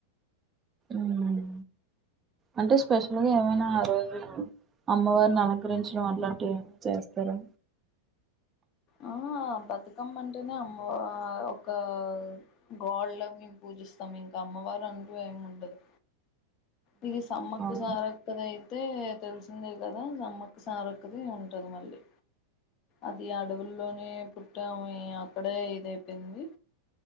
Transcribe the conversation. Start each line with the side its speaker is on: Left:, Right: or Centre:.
Right: మ్మ్ అంటే స్పెషల్ గా ఏమైనా ఆ రోజు అమ్మవారిని అలంకరించి అట్లాంటివి ఏమైనా చేస్తారా
Left: ఆహా బతుకమ్మంటేనే అమ్మవా ఒకా గాళ్ళా మేము పూ జిస్తాం ఇంకా అమ్మవారు అంటూ ఏముండదు ఇక సమ్మక్క
Right: అవును
Left: సారక్కదైతే తెలిసిందే కదా సమ్మక్ సారిక్కదీ ఉంటది మళ్ళీ అదీ అడవుల్లోనే పుట్టాం ప్పుడే ఇదైపోయింది